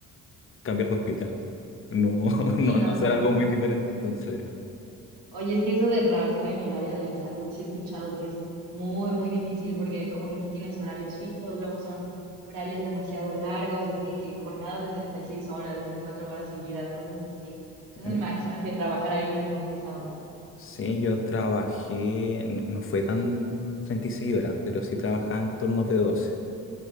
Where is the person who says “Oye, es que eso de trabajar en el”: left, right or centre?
Right